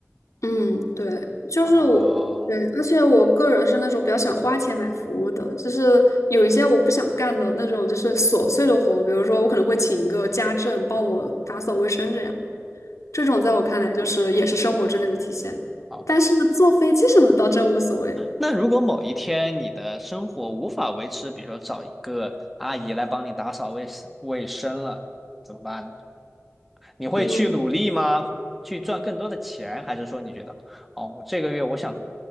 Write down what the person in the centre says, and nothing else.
啊。
哦
OK。
那如果某一天你的生活无法维持，比如说找一个阿姨来帮你打扫卫生卫生了，怎么办呢？你会去努力吗？
去赚更多的钱，还是说你觉得，哦，我这个月我想